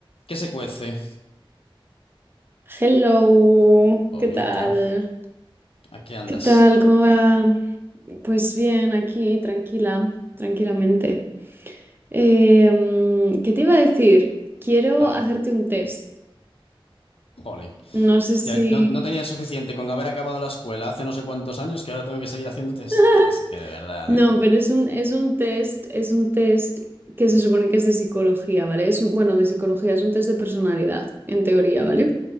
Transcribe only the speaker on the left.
¿Qué se cuece?
Olita,
¿a qué andas?
A ver,
jolín.
Ya no, no tenía suficiente con haber acabado la escuela hace no sé cuántos años que ahora tengo que seguir haciendo test.
Es que de verdad,
¿eh?